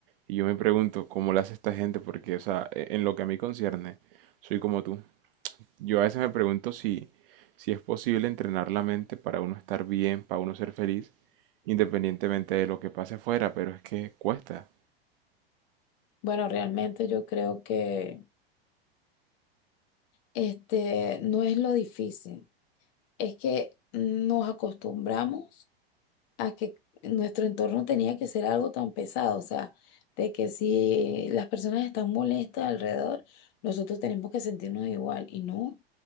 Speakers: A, on the right; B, on the left.
A: Y yo me pregunto, ¿cómo le hace esta gente? Porque, o sea, e- en lo que a mí concierne, soy como tú. Yo a veces me pregunto si, si es posible entrenar la mente para uno estar bien, para uno ser feliz, independientemente de lo que pase afuera, pero es que cuesta.
B: Bueno, realmente yo creo que este no es lo difícil. es que nos acostumbramos a que nuestro entorno tenía que ser algo tan pesado, o sea, de que si las personas están molestas alrededor, nosotros tenemos que sentirnos igual. Y no,